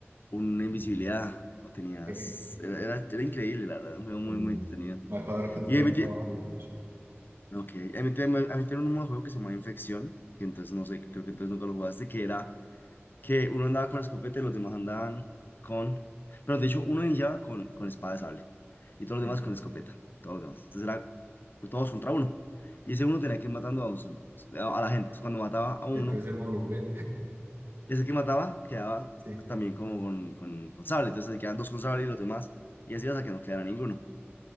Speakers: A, on the left; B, on the right.
A: una invisibilidad, o tenías.
B: Eh,
A: Era, era, era increíble, la verdad, era un juego muy,
B: bueno,
A: muy entretenido.
B: me acabo de dar cuenta
A: Y
B: que
A: ahí
B: no
A: metí,
B: jugaba Halo, de hecho.
A: ok, ahí metí, a mí un modo de juego que se llama Infección, que entonces no sé, creo que entonces nunca lo jugaste, que era que uno andaba con escopeta y los demás andaban con. Pero de hecho, uno iniciaba con, con espada de sable. y todos
B: Sí,
A: los demás con escopeta, todos los demás. Entonces era pues, todos contra uno. Y ese uno tenía que ir matando a un zombie, a, a la gente. Entonces cuando mataba a uno,
B: eh, pero ese modo lo jugué.
A: ese que mataba quedaba
B: Sí,
A: también como con, con, con sable. Entonces se quedan dos con sable y los demás, y así hasta que no quedara ninguno.